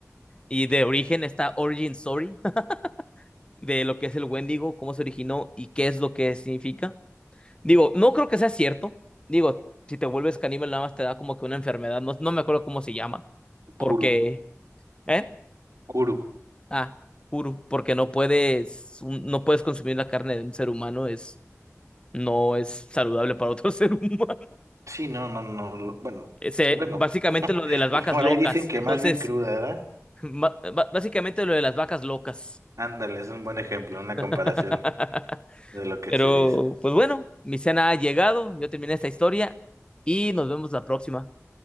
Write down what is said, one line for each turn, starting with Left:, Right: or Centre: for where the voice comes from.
Left: y de origen, esta origin story <laughs> de lo que es el Wendigo, cómo se originó y qué es lo que significa. Digo, no creo que sea cierto. Digo, si te vuelves caníbal, nada más te da como que una enfermedad, no, no me acuerdo cómo se llama Porque,
Right: Kuru.
Left: ¿eh?
Right: Kuru.
Left: Ah, Kuru, porque no puedes, un- no puedes consumir la carne de un ser humano, es, no es saludable para otro <laughs> ser humano.
Right: Sí, no, no, no. lo- Bueno,
Left: Ese,
Right: bueno.
Left: básicamente
Right: <laughs>
Left: lo de las vacas
Right: Por
Left: locas.
Right: ahí dicen que
Left: Entonces,
Right: más bien cruda, ¿verdad?
Left: ba- ba- básicamente lo de las vacas locas.
Right: Ándale, es un buen ejemplo, una
Left: <laughs>
Right: comparación de lo que
Left: Pero,
Right: se dice.
Left: pues bueno, mi cena ha llegado, yo terminé esta historia y nos vemos la próxima.